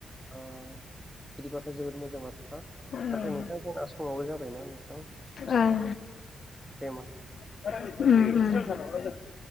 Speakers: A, in the centre; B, on the left.
A: ओ बिदि बाथ' जोबोर‌ मोजां बाथ्रा
B: ओं
A: नाथाय नोंथां जोंना समाबो जाबायना नोंथां
B: ओं
A: दे होमबा नों।
B: उम उम